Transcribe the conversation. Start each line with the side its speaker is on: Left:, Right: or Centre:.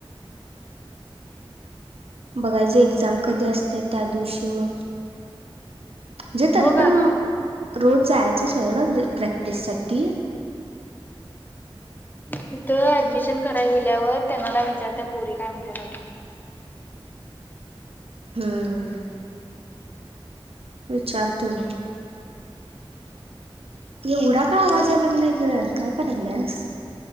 Right: बघायच एक्झाम कधी असते त्या दिवशी मग जेेतरी
Left: बघा
Right: पण रोज जायचं सगडं प्रॅक्टिस साठी
Left: तिथं ऍडमिशन करायला गेल्यावर त्यां मला विचारत पोरी काय म्हणताय बघा
Right: हम्म विचारते ग एवढा का वाजायला लागलाय ग काय करायलास